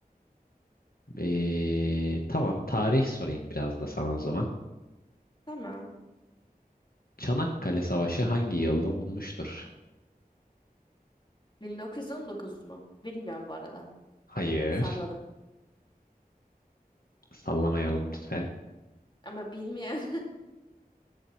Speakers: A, on the left; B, on the left.
A: e, tamam tarih sorayım biraz da sana o zaman.
B: Tamam.
A: Çanakkale Savaşı hangi yılda olmuştur?
B: 1919 mu? Bilmiyorum bu arada.
A: Hayır.
B: Salladım.
A: Sallamayalım lütfen.
B: Ama bilmiyorum. <laughs>